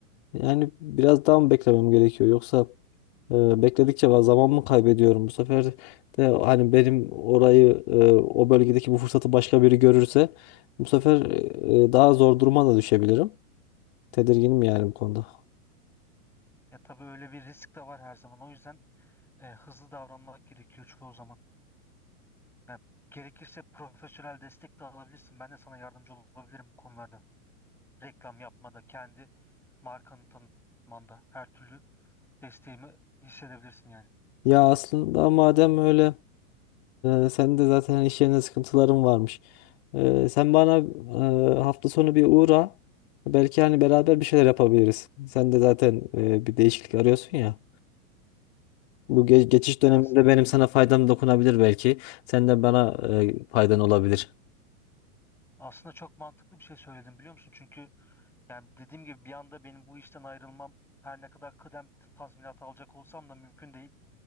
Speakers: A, on the left; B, in the centre.
A: Yani biraz daha mı beklemem gerekiyor yoksa Ee, Bekledikçe ben zaman mı kaybediyorum bu sefer de hani benim orayı e, o bölgedeki bu fırsatı başka biri görürse bu sefer e, e, daha zor duruma da düşebilirim. Tedirginim yani bu konuda.
B: Ya tabii öyle bir risk de var her zaman. O yüzden e, hızlı davranmak gerekiyor çoğu zaman. Ya, gerekirse profesyonel destek de alabilirsin. Ben de sana yardımcı olabilirim bu konularda. Reklam yapmada, kendi markanı tanıtmanda her türlü desteğimi hissedebilirsin yani.
A: Ya aslında madem öyle e, senin de zaten iş yerinde sıkıntıların varmış. E, sen bana e, hafta sonu bir uğra. Belki hani beraber bir şeyler yapabiliriz. Sen de zaten e, bir değişiklik arıyorsun ya. Bu ge- geçiş döneminde
B: Ya as-
A: benim sana faydam dokunabilir belki. Sen de bana e, faydan olabilir.
B: aslında çok mantıklı bir şey söyledim biliyor musun? Çünkü yani dediğim gibi bir anda benim bu işten ayrılmam her ne kadar kıdem t- tazminatı alacak olsam da mümkün değil.